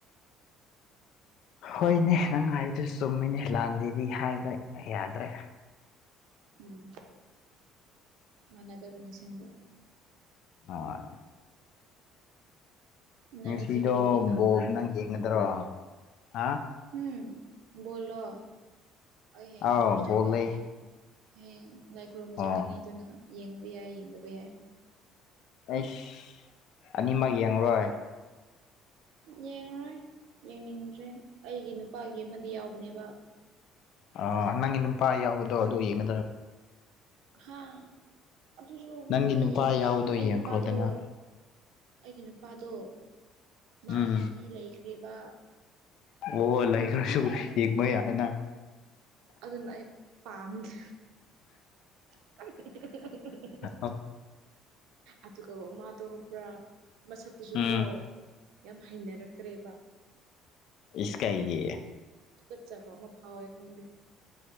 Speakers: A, on the left (about 60°); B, on the right (about 75°).
A: ꯍꯣꯏꯅꯦ ꯅꯪ ꯍꯥꯏꯕꯗꯨ ꯆꯨꯝꯃꯤꯅꯦ ꯂꯥꯟꯗꯦꯗꯤ ꯍꯥꯏꯕ ꯌꯥꯗ꯭ꯔꯦ
B: ꯎꯝ ꯃꯥꯟꯅꯗꯕꯅꯤ ꯁꯤꯕꯨ
A: ꯑꯣꯢ
B: ꯅꯪ
A: ꯉꯁꯤꯗꯣ
B: ꯉꯁꯤ ꯀꯔꯤ ꯀꯔꯤ ꯇꯧꯕ꯭ꯔꯣ
A: ꯕꯣꯕꯅꯪ ꯌꯦꯡꯒꯗ꯭ꯔꯣ ꯍꯥ
B: ꯎꯝ ꯕꯣꯜꯂꯣ ꯑꯩ ꯍꯌꯦꯡ
A: ꯑꯥꯎ
B: ꯆꯔꯁ ꯆꯠꯀꯅꯤ
A: ꯕꯣꯜ ꯂꯩ
B: ꯍꯌꯦꯡ ꯂꯥꯏ ꯈꯨꯔꯨꯝꯕ
A: ꯑꯣ
B: ꯆꯠꯀꯅꯤ ꯑꯗꯨꯅ ꯌꯦꯡꯕ ꯌꯥꯏ ꯌꯦꯡꯗꯕ ꯌꯥꯏ
A: ꯑꯩꯁ ꯑꯅꯤꯃꯛ ꯌꯦꯡꯉꯔꯣꯏ
B: ꯌꯦꯡꯉꯔꯣꯏ ꯌꯦꯡꯅꯤꯡꯗ꯭ꯔꯦ ꯑꯩꯒꯤ ꯅꯨꯄꯥꯒꯤ ꯑꯃꯗꯤ ꯌꯥꯎꯕꯅꯦꯕ
A: ꯑ ꯅꯪꯒꯤ ꯅꯨꯄꯥ ꯌꯥꯎꯕꯗꯣ ꯑꯗꯨ ꯌꯦꯡꯒꯗ꯭ꯔ
B: ꯍꯥ ꯑꯗꯨꯁꯨ ꯈꯪꯗꯦ
A: ꯅꯪꯒꯤ ꯅꯨꯄꯥ
B: ꯌꯦꯡ
A: ꯌꯥꯎꯕꯗꯣ
B: ꯑꯩ
A: ꯌꯦꯡꯈ꯭ꯔꯣꯗꯅ
B: ꯅꯨꯄꯥꯗꯣ ꯑꯩꯒꯤ ꯅꯨꯄꯥꯗꯣ ꯃꯥꯒꯤ
A: ꯎꯝ
B: ꯅꯨꯄꯤ ꯂꯩꯈ꯭ꯔꯦꯕ
A: ꯑꯣ ꯂꯩꯈ꯭ꯔꯁꯨ
B: ꯑꯗꯨꯅ ꯑꯩꯗꯣ
A: ꯌꯦꯡꯕ ꯌꯥꯏꯅ
B: ꯑꯗꯨꯅ ꯑꯩ ꯄꯥꯝꯗꯦ <unintelligible>
A: ꯎꯝ
B: ꯑꯗꯨꯒꯃꯥꯗꯣ ꯈꯪꯕ꯭ꯔꯥ ꯃꯁꯛꯇꯨꯁꯨ
A: ꯎꯝ
B: ꯀꯣ ꯌꯥꯝ ꯍꯩꯅꯔꯛꯇꯔꯦꯕ
A: ꯏꯁꯀꯩꯒꯤ
B: ꯊꯨꯀꯠꯆꯕ ꯑꯃ ꯐꯥꯎꯋꯦ ꯈꯪꯗꯦ